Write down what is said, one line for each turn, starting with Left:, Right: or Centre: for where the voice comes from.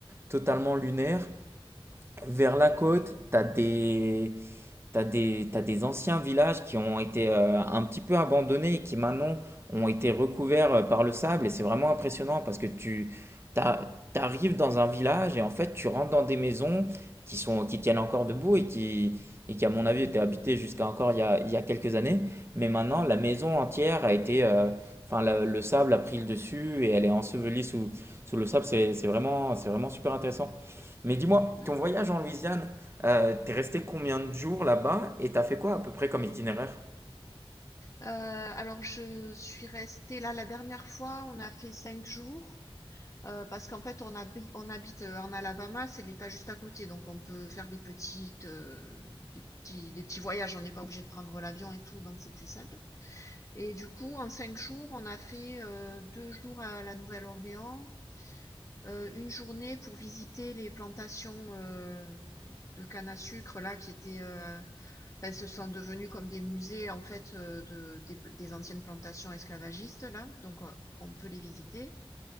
Right: totalement lunaires. Vers la côte, tu as des, T'as des, t'as des anciens villages qui ont été euh, un petit peu abandonnés et qui maintenant ont été recouverts euh, par le sable. Et c'est vraiment impressionnant parce que tu t'a- t'arrives dans un village et en fait tu rentres dans des maisons qui sont, qui tiennent encore debout et qui, et qui à mon avis étaient habitées jusqu'à encore il y a, il y a quelques années. Mais maintenant
Left: mhm,
Right: la maison entière a été, euh, enfin la- le sable a pris le dessus et elle est ensevelie sous, sous le sable. C'est, c'est vraiment, c'est vraiment super intéressant. Mais dis-moi,
Left: d'accord.
Right: ton voyage en Louisiane, euh, t'es resté combien de jours là-bas et t'as fait quoi à peu près comme itinéraire?
Left: Euh, alors, je suis restée là la dernière fois, on a fait cinq jours. Euh, parce qu'en fait, on habite, on habite euh, en Alabama, c'est l'État juste à côté, donc on peut faire des petites, euh, des petits, des petits voyages. On n'est pas obligé de prendre l'avion et tout, donc c'est plus simple. Et du coup, en cinq jours, on a fait euh, deux jours à la Nouvelle-Orléans, euh, une journée pour visiter les plantations euh, de canne à sucre là qui étaient, euh, enfin, se sont devenues comme des musées en fait euh, de, des, des anciennes plantations esclavagistes là, donc euh, on peut les visiter.